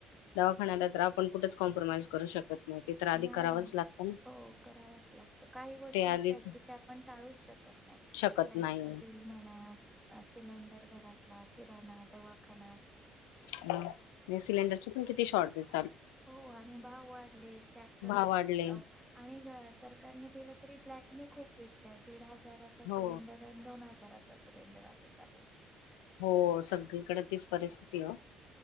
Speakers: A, on the left; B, in the centre.
A: दवाखान्याला तर आपण कुठच कॉम्प्रोमाईज करू शकत नाही ते तर आधी
B: नाही
A: करावच
B: ना
A: लागतं न.
B: हो करावाच लागतो काही गोष्टी अशे
A: आधीच
B: आहेत, की ते आपण टाळूच शकत नाहीं.
A: शकत
B: लाईटच
A: नाही
B: बिल बिल म्हणा सिलेंडर घरातला किराणा, दवाखाना
A: ह नी सिलेंडरचे पण किती शॉरटेज
B: हो आणि भाव वाढले त्यात अ
A: भाव वाढले
B: आणि घ सरकारने दिलं तरी ब्लॅकने खूप विकतायत दीड हजाराचा
A: हो
B: सिलेंडर आणि दोन हजार हजाराच सिलेंडर असं चालू
A: हो सगळीकडे तीच परिस्थितीय ओ.